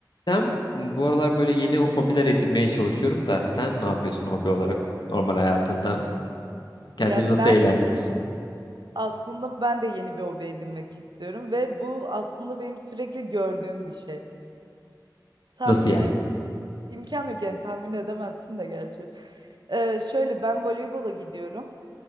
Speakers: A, on the left (about 70°); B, on the right (about 70°).
A: Ben bu aralar böyle yeni hobiler edinmeye çalışıyorum da sen ne yapıyorsun hobi olarak normal hayatında? Kendini
B: Ya
A: nasıl
B: ben
A: eğlendiriyorsun?
B: aslında ben de yeni bir hobi edinmek istiyorum ve bu aslında benim sürekli gördüğüm bir şey. Tahmin
A: Nasıl yani?
B: et. İmkan yok yani tahmin edemezsin de gerçi. Ee, şöyle ben voleybola gidiyorum.